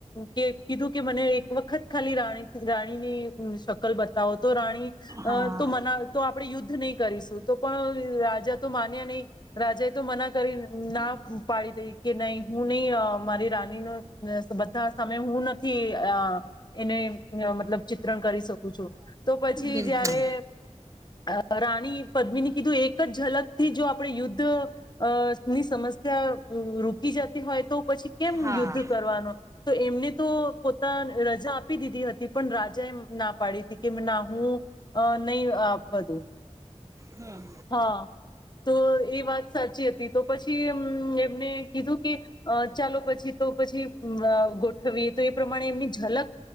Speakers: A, on the left; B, on the right.
A: કે કીધું કે, મને એક વખત ખાલી રાણી, રાણીની શકલ બતાવો. તો રાણી
B: હા
A: તો મના તો આપણે યુદ્ધ નહી કરીશું. તો પણ, રાજા તો માન્યા નહી. રાજા એ તો મના કરી ના પાડી દઈ કે, નહી હું નહી મારી રાની નું બધા સામે હું નથી એને મતલબ, ચિત્રણ કરી શકું છું. તો પછી
B: બિલકુલ
A: જયારે અ આ રાણી પદ્મીની કીધું એક જ ઝલક થી, જો આપણે યુદ્ધ અ ની સમસ્યા રોકી જતી હોય તો પછી કેમ
B: હા
A: યુદ્ધ કરવાનો? તો એમને તો પોતા રજા આપી દીધી હતી. પણ, રાજા એ ના પાડી હતી કે ના હું અ નહી આપ બધું,
B: હમ
A: હા તો એ વાત સાચી હતી. તો પછીમ એમને કીધું કે ચાલો પછી તો પછી ગોઠવીએ, તો એ પ્રમાણે એમની ઝલક